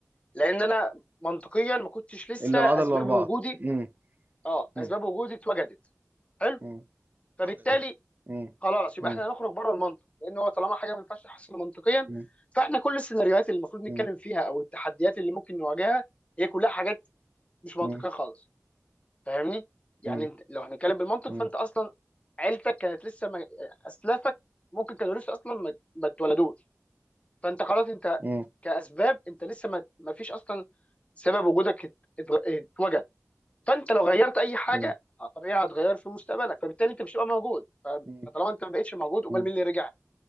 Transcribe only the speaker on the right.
الا
ما عدا الاربعه
مم.
مم.
مم.
فقدت مم.
مم.
مم.
مم.
مم.
مم.
مم.
مم.
مم.
مم.
مم.